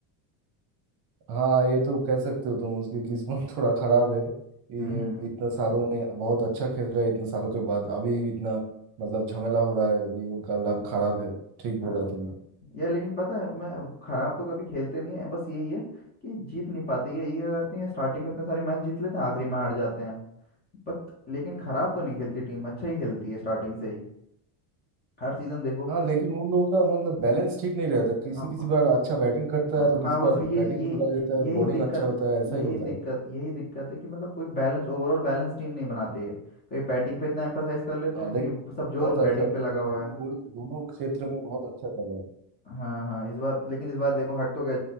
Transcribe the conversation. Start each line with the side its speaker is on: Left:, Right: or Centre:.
Right: हाँ ये तो कह सकते हो तुम उसकी किस्मत <laughs> थोड़ा खराब है ये
Left: हम्म हम्म
Right: इतने सालों में बहुत अच्छा खेल रहा है इतने सालों के बाद अभी इतना मतलब झमेला हो रहा है ये उनका
Left: हम्म,
Right: लक खराब है ठीक बोला
Left: हाँ
Right: तुमने
Left: यार लेकिन पता है मैं खराब तो कभी खेलते नहीं है बस यही है कि जीत नहीं पाते ये ये क्या करती है स्टार्टिंग में इतने सारे मैच जीत लेते हैं आखिरी में हार जाते हैं बट लेकिन खराब तो नहीं खेलती टीम अच्छा ही खेलती है स्टार्टिंग से ही हर सीजन देखो
Right: हाँ लेकिन उन लोगों का मतलब बैलेंस ठीक नहीं रहता किसी
Left: अब
Right: किसी बार अच्छा बैटिंग करता
Left: हाँ
Right: है तो किसी
Left: हाँ,
Right: बार
Left: बस ये
Right: बैटिंग
Left: ये
Right: छुड़ा देता है
Left: यही
Right: बॉलिंग
Left: दिक्कत
Right: अच्छा होता है ऐसा
Left: यही
Right: ही होता
Left: दिक्कत
Right: है
Left: यही दिक्कत है कि मतलब कोई बैलेंस ओवरऑल बैलेंस टीम नहीं बनाते है कहीं बैटिंग पे इतना एम्फेसाइज कर लेते
Right: हाँ
Left: हैं
Right: लेकिन
Left: कि सब जोर
Right: बहुत अच्छा
Left: बैटिंग पे लगा हुआ
Right: बैटिंग
Left: है
Right: बॉलिंग दोनों क्षेत्र में बहुत अच्छा कर रहा है
Left: हाँ हाँ इस बार लेकिन इस बार देखो हट तो गया